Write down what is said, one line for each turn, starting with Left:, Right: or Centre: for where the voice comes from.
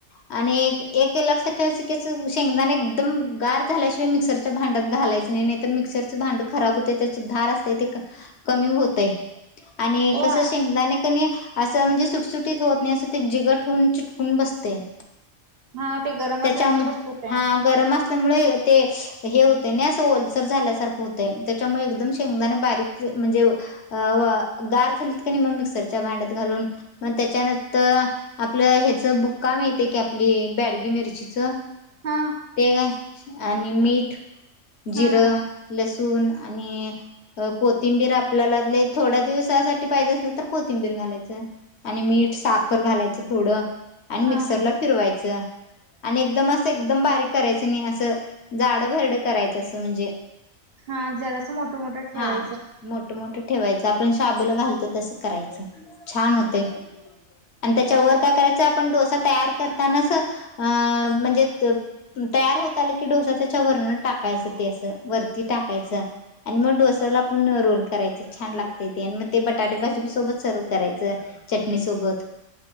Left: आणि एक लगच शेंगदाणे एकदम गार झाल्याशिवाय मिक्सरच्या भांड्यात घालायचं नाही नाहीतर मिक्सरच भांड खराब होत. त्याची धार असते ते कमी होतं. आणि
Right: हो
Left: कस शेंगदाणे कणे असं म्हणजे सुटसुटीत होत नाही असं ते जिगट होून चिटकून बसत ते.
Right: हा ते गरम
Left: त्यांच्यामुळे
Right: असल्यामुळे तस होतय
Left: हा गरम असल्यामुळे ते हे होते ना अस ओलसर झाल्यासारखं होतय त्याच्यामुळे एकदम शेंगदाणे बारीक म्हणजे गार झालीत का नाही मग मिक्सरच्या भांड्यात घालून मग त्याच्यानंतर आपलं ह्याच का मिळते की आपली बेडगी मिरचीच.
Right: हा
Left: ते ग आणि मीठ जिर,
Right: हा हा
Left: लसुण लसूण आणि कोथिंबीर आपल्याला थोड्या दिवसासाठी पाहिजे असलं ना तर कोथिंबीर घालायचं आणि मीठ साखर घालायचं थोडं. आणि मिक्सरला
Right: हा
Left: फिरवायचं. आणि एकदम असं एकदम बारीक करायचं नई असं जाड भरड करायचं असं म्हणजे
Right: हा जरास मोट मोट ठेवायचं.
Left: हा मोठं मोठं ठेवायचं आपण शाबूला घालतो तस करायचं छान होतय. आणि त्याच्यावर
Right: होय
Left: काय करायचं. तसा तयार करतानाच अ म्हणजे त तयार होत आल की डोसा त्याच्या वरन टाकायचं ते अस वरती टाकायचं आणि मग डोसाला आपण रोल करायच छान लागतय ते आणि मग ते बटाटे भाजी सोबत सर्व्ह करायचं चटणी सोबत.